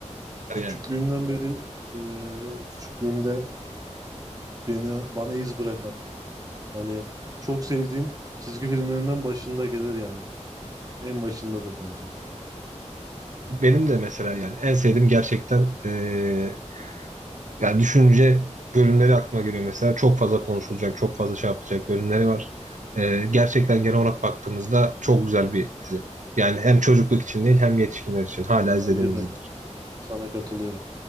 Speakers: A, on the right; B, on the right.
A: küçüklüğümden
B: Yani
A: beri e, küçüklüğümde beni bana iz bırakan yani çok sevdiğim çizgi filmlerinden başında gelir yani. En başındadır bence.
B: benim de mesela yani en sevdiğim gerçekten e, Yani düşünce bölümleri aklıma geliyor mesela. Çok fazla konuşulacak, çok fazla şey yapılacak bölümleri var. Ee, gerçekten genel olarak baktığımızda çok güzel bir dizi. Yani hem çocukluk için değil hem yetişkinler için hala izlediğimiz
A: Bence de ben
B: dizi.
A: sana katılıyorum.